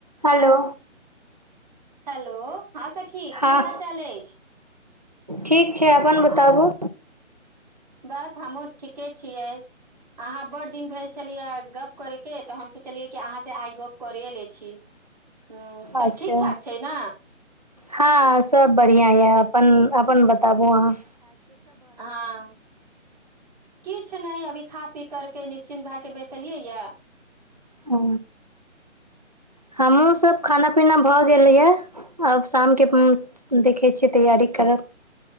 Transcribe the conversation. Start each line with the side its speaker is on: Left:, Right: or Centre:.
Right: Hello
Centre: hello हँ सखी की
Right: हँ
Centre: हाल चाल अछि
Right: ठीक छै अपन बताबू
Centre: बस हमहू ठीके छियै अहाँ बड़ दिन भेल छलियै गप करैके तऽ हम सोचलियै कि अहाँ सँ आइ गप करे लै छी ह सभ
Right: अच्छा
Centre: ठीक ठाक छै ने
Right: हँ सब बढ़िआ अपन अपन बताबु आहाँ
Centre: हँ किछु नहि अभी खा पी करके निश्चिन्त भए के बैसलियै या
Right: ह हमहुँ सब खाना पीना भ गेलैयै आब शाम के
Centre: ह
Right: देख तैयरी करब